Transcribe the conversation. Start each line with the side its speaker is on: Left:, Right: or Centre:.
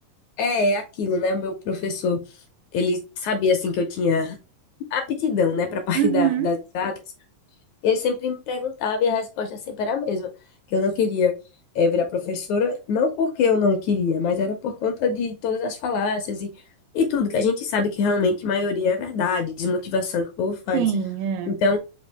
Left: É, é aquilo, né? O meu professor Ele sabia, assim, que eu tinha aptidão, né, para a parte
Right: Uhum,
Left: da- das exatas. Ele sempre me perguntava e a resposta sempre era a mesma, que eu não queria eh, virar professora, não porque eu não queria, mas era por conta de todas as falácias e, e tudo, que a gente sabe que realmente a maioria é verdade, desmotivação que o povo faz.
Right: sim, é,
Left: Então,